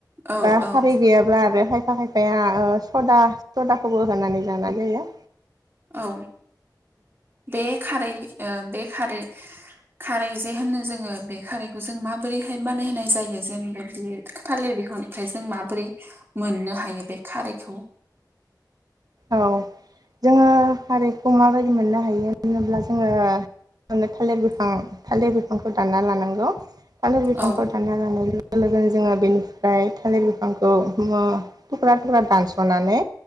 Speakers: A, on the right; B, on the right.
A: औ
B: बा खारै
A: औ
B: गैयाब्ला आरो खायफा खायफा फाया ओ सदा सदाखौबो होनानै जाना जायो।
A: औ बे खारै ओ बे खारै खारै जे होनो जोङो बे खारैखो जों माबोरैहाय बानायहाय जायो जेनेबा बे थालिर बिफांनिफ्राय जों माबोरै मोननो हायो बे खारैखौ
B: औ जोङो खारैखौ माबायदि मोननो हायो होनोब्ला जोङोनो थालिर बिफां थालिर बिफांखौ दानना लानांगौ थालार बिफांखौ
A: औ
B: दानना लानायनि लोगो लोगोनो जोङो बेनिफ्राय थालिर बिफांखौ मुवा थुख्रा थुख्रा दानस'नानै